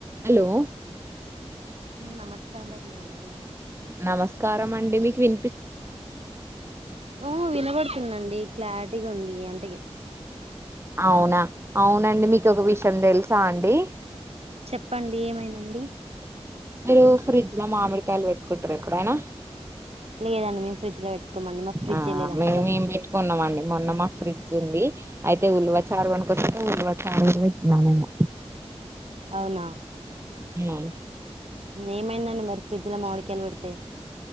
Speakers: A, on the right; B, on the right.
A: Hello
B: నమస్కారమండి
A: నమస్కారం అండి మీకు వి
B: ఉ వినబడుతుందండి క్లారిటీగా ఉంది ఎంతకి
A: అవునా అవునండి మీకు ఒక విషయం తెలుసా అండి
B: చెప్పండి ఏమైనండి
A: మీరు ఫ్రిడ్జ్ లో మామిడికాయలు పెట్టుకుంటార ఎప్పుడయినా
B: లేదండి మేము ఫ్రిడ్జ్ లో పెట్టుకోమండి మాకు ఫ్రిడ్జ్
A: ఆ
B: లేదండి
A: మేము
B: ఫస్ట్
A: ఏం పెట్టుకున్నాం అండి మొన్న మా ఫ్రిడ్జ్ ఉంది అయితే ఉల్వ చారు గోనుక వస్తే ఉల్వ చారు పెట్టినా నేను
B: అవునా
A: ఉమ్
B: ఏమైందండి మరి ఫ్రిడ్జ్ లో మామిడికాయలు పెడితే